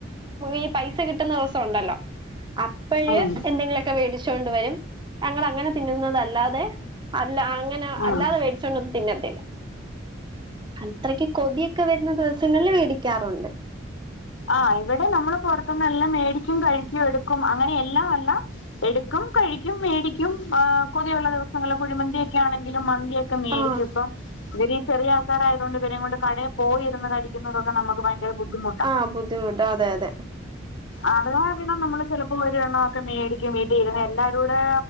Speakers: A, on the right; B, on the left.
A: ഈ പൈസ കിട്ടുന്ന ദിവസം- ഉണ്ടല്ലോ അപ്പഴ്
B: ഉം
A: എന്തെങ്കിലും ഒക്കെ മേടിച്ചൊണ്ട് വരും ഞങ്ങൾ അങ്ങനെ തിന്നുന്നതല്ലാതെ അല്ല അങ്ങനെ അല്ലാതെ
B: ഉം
A: മേടി ച്ചോണ്ട് ഒന്നും തിന്നത്തില്ല അത്രയ്ക്ക് കൊതിയൊക്കെ വരുന്ന ദിവസങ്ങളിൽ മേടിക്കാറുണ്ട്
B: ആഹ് ഇവിടെ നമ്മള് പുറത്തുന്ന് എല്ലാം മേടിക്കും കഴിക്കും എടുക്കും അങ്ങനെ എല്ലാം അല്ല എടുക്കും കഴിക്കും മേടിക്കും കൊതിയുള്ള ദിവസങ്ങളെ കുഴിമന്തിയൊക്കെ ആണെങ്കിലും മ ന്തി ഒക്കെ മേടിക്കും
A: ആ
B: ഇപ്പം ഇവർ ചെറിയ ആൾക്കാരായത് കൊണ്ട് ഇവരെ കൊണ്ട് കടേ പോയിരുന്ന് കഴിക്കുന്നതൊക്കെ നമുക്ക് ഭയങ്കര ബുദ്ധിമുട്ടു-
A: ആഹ് ബുദ്ധിമുട്ട് അതെ അതെ
B: അതവാ പിന്നെ നമ്മള് ചെിലപ്പോ ഒരേണ്ണംമൊക്കെ മേടിക്കും വീട്ടിലിരുന്ന് എല്ലാരും കൂടെ